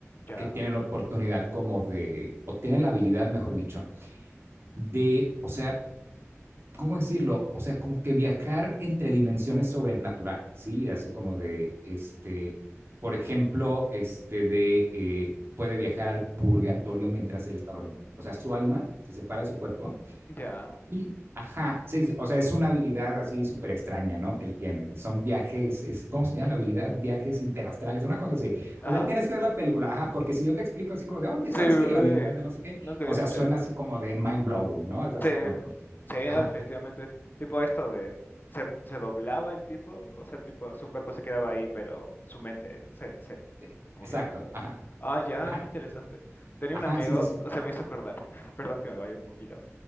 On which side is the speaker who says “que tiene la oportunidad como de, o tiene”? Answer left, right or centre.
Right